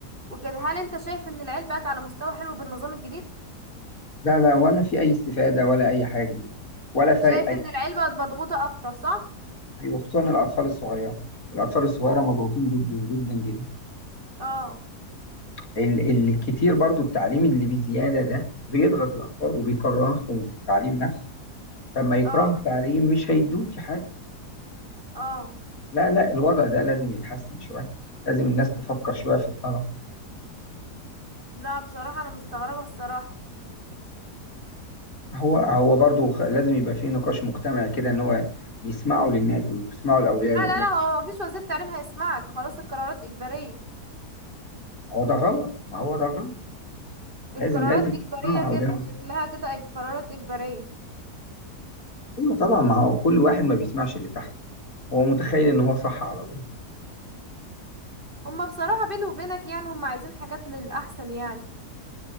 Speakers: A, on the right; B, on the left.
A: وكده هل انت شايف ان العيل بقت على مستوى حلو بالنظام الجديد
B: لا لا ولا في اي استفاده ولا اي حاجه جديده ولا فارق
A: شايف
B: اي
A: ان العيل بقت مضغوطه اكتر صح
B: حاجه وخصوصا الاطفال الصغيره الاطفال الصغيره مضغوطين جدا جدا جدا
A: اه
B: ال- الكتير برضو التعليم اللي بزياده ده بيضغط الاطفال وبيكرههم في التعليم نفسه فلما يكرهوا
A: اه
B: التعليم مش هيدوكي حاجه
A: اه
B: لا لا الوضع ده لازم يتحسن شويه لازم الناس تفكر شويه في الطلبه
A: لا بصراحة أنا مستغربة الصراحة
B: هو هو برضه خ- لازم يبقى فيه نقاش مجتمعي كده ان هو يسمعوا للناس ويسمعوا لاولياء
A: لا
B: الامور
A: لا لا هو مفيش وزير تعليم هيسمعك خلاص القرارات إجبارية
B: هو ده غلط ما هو ده غلط
A: القرارات
B: لازم لازم
A: إجبارية
B: يسمعوا
A: كده
B: اولياء الامور
A: شكلها كده إج- قرارات إجبارية
B: ايوه طبعا ما هو كل واحد ما بيسمعش اللي تحته هو متخيل ان هو صح على طول
A: هما بصراحة بيني وبينك يعني هما عايزين حاجات للأحسن يعني